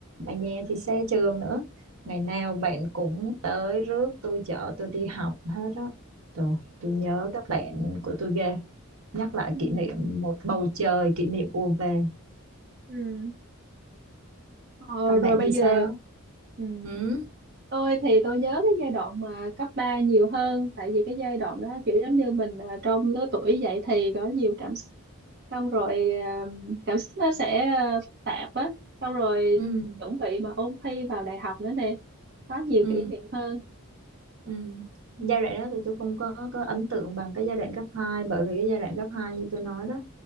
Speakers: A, on the right; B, on the right.
A: Mà nhà
B: Ừ.
A: thì xa trường nữa. Ngày nào bạn cũng tới rước tôi chở tôi đi học hết á. Trời, tôi nhớ các bạn của tôi ghê nhắc lại
B: Ừ.
A: kỷ niệm một bầu trời kỷ niệm ùa về
B: Ừ. ừ. Ờ,
A: còn
B: rồi
A: bạn
B: bây
A: thì sao
B: giờ ừ.
A: ừ
B: tôi thì tôi nhớ cái giai đoạn mà cấp 3 nhiều hơn tại vì cái giai đoạn đó kiểu giống như mình ờ, trong lứa tuổi dậy thì có nhiều cảm xúc xong rồi ờ, cảm xúc nó sẽ ờ, phức tạp á xong rồi
A: ừ
B: chuẩn bị mà ôn thi vào đại học nữa nè có nhiều
A: ừ
B: kỷ niệm hơn
A: ừ giai đoạn đó thì tôi không có có ấn tượng bằng cái giai đoạn cấp hai bởi vì cái giai đoạn cấp 2 như tôi nói đó